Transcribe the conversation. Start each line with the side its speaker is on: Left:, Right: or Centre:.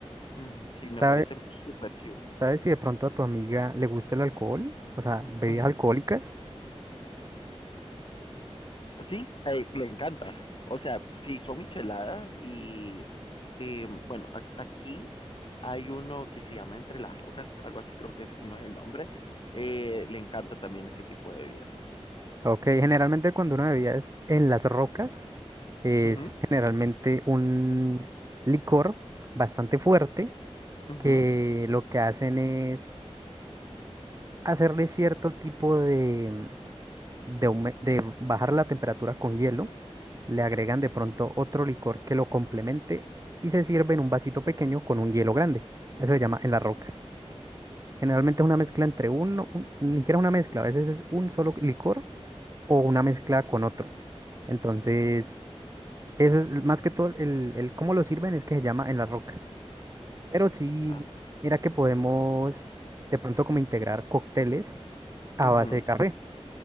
Left: Ujú, Sí, me
Right: ¿Sabe-
Left: parece súper chivo.
Right: ¿Sabes si de pronto a tu amiga le gusta el alcohol? O sea, bebidas
Left: Ujú.
Right: alcohólicas.
Left: Sí, eh, le encanta. O sea, sí, son micheladas y eh, bueno, ac- aquí hay uno que se llama Entre las Rocas, algo así creo que es, no es el nombre. Eh, le encanta también ese tipo de bebidas.
Right: Ok, generalmente cuando uno bebía es en las rocas, es
Left: Ujú,
Right: generalmente un licor bastante fuerte
Left: ujú.
Right: que lo que hacen es hacerle cierto tipo de, de, aume- de bajar la temperatura con hielo, le agregan de pronto otro licor que lo complemente y se sirve en un vasito pequeño con un hielo grande. Eso se llama en las rocas. Generalmente es una mezcla entre uno, un- ni siquiera una mezcla, a veces es un solo licor o una mezcla con otro. Entonces... Eso es más que todo el, el cómo lo sirven es que se llama en las rocas. Pero sí,
Left: Ah,
Right: mira que podemos de pronto como integrar cócteles a
Left: Ujú.
Right: base de café,